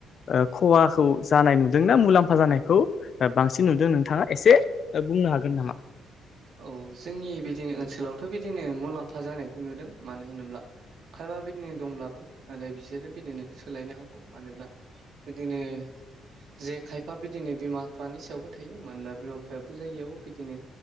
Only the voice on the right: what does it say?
औ जोंनि बिदिनो ओनसोलावथ' बिदिनो मुलाम्फा जानायखौ नुदों मानो होनोब्ला खायबा बिदिनो दंब्लाबो नाथाय बिसोरो बिदिनो सोलायनो हागौ मानोब्ला बिदिनो जे खायफा बिदिनो बिमा बिफानि सायावबो थायो मानोना बिमा बिफाया बुजायियावबो बिदिनो